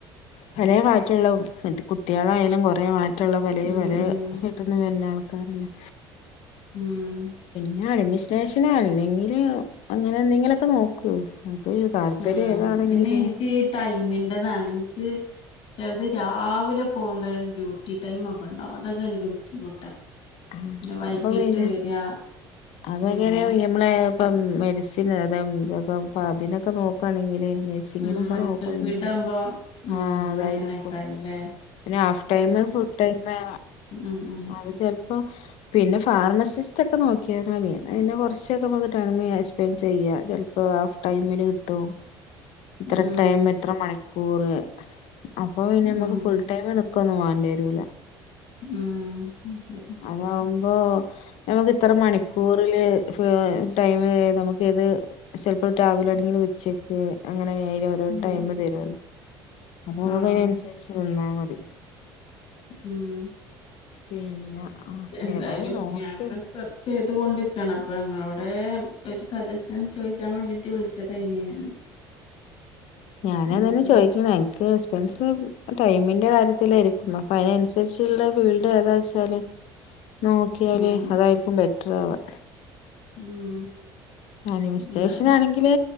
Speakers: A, on the left; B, on the left.
A: പലേ മാറ്റള്ള കുട്ടിയേളായാലും കുറേ മാറ്റള്ള പലേ
B: ഉം
A: പലേ
B: ഉം
A: വിട്ട്ന്ന് വര്നാൾ ക്കാരല്ലെ.
B: ഉം
A: ഇഞ്ഞ് അഡ്മിസ്ട്രേഷനാ അല്ലെങ്കിൽ അങ്ങനെ എന്തെങ്കിലൊക്കെ നോക്ക്. താല്പര്യം
B: ഉം
A: ഏതാണെങ്കില്
B: പിന്നെ ഇൻക്കീ ടൈമിന്റേതാണെ. ഇൻക്ക് ചെൽത് രാവിലെ പോണ്ട ഡ്യൂട്ടി ടൈമ് ഒക്കെണ്ടാവും അതൊക്കെ ഇൻക്ക് ബുദ്ധിമുട്ടാ.
A: ആഹ്
B: പിന്നെ വൈകിട്ട്
A: അപ്പം പിന്നെ
B: വരിക
A: അതൊക്കെ
B: ഉം
A: ന് യമ്മളെ ഇപ്പം മെഡിസിൻ അതം ഇതൊക്കെ പ്പ അതിനൊക്കെ നോക്കാണെങ്കില് നഴ്സിങ്ങിനൊക്കെ
B: ഉം മെഡിക്കൽ
A: നോക്കാണെങ്കില്
B: ഫീൽഡ് ആവുമ്പം ഉം
A: ആഹ്
B: ന്നങ്ങനേക്കാരല്ലേ
A: അതായിരിക്കും പിന്നെ ഹാഫ് ടൈം ഫുൾ ടൈം ആ
B: ഉം ഉം
A: അത് ചെൽപ്പം പിന്നെ ഫാർമസിസ്റ്റ് ഒക്കെ നോക്കിയാ ന്നാല്. ന്നാ പിന്നെ കുറച്ചൊക്കെ നമ്ക്ക് ടൽമ് എസ്പൻസ് ചെയ്യ. ഇപ്പോ ഹാഫ് ടൈമിൽ കിട്ടും. ഇത്ര
B: ഉം
A: ടൈമ് ഇത്ര മണിക്കൂറ് അപ്പൊ പിന്നെ
B: ഉം
A: നമുക്ക് ഫുൾ ടൈം നി ക്കൊന്നും വാണ്ടിയേരൂല.
B: ഉം അഹ്ശരി.
A: അതാവുമ്പോ നമുക്ക് ഇത്ര മണിക്കൂറില് <unintelligible> ടൈം നമുക്ക് ഏത് ചിലപ്പോൾ രാവിലാണെങ്കിലും ഉച്ചക്ക് അങ്ങനെ നേരെ ഓരോ
B: ഉം
A: ടൈമ് തരുല്ലോ അപ്പൊ നമുക്ക്
B: ആഹ്
A: അതിനനുസരിച്ച് നിന്നാ മതി.
B: ഉം
A: പിന്നെ ആഹ്
B: എന്തായാലും
A: ഏതായാലും നോക്ക്
B: ഞാൻ അങ്ങനെ സെർച്ച ചെയ് തോണ്ടിക്കാണ് അപ്പൊ ഇങ്ങളോട്‌ ഒരു സജഷൻ ചോദിച്ചാൻ വേണ്ടിട്ട് വിളിച്ചതായിനിയെ.
A: ഞാനേതായാലും
B: ഉം
A: ചോദിക്കണെ എനിക്ക് <unintelligible> ടൈമിന്റെ കാര്യത്തിലായിരിക്കും അപ്പതിനനുസരിച്ചുള്ള ഫീൽഡ് ഏതാ വച്ചാല് നോക്കിയാല്
B: ഉം
A: അതായിരിക്കും ബെറ്റർ ആവാ.
B: ഉം
A: അനിമിസ്റ്റേഷൻ
B: എന്തായാലും
A: ആണെങ്കില്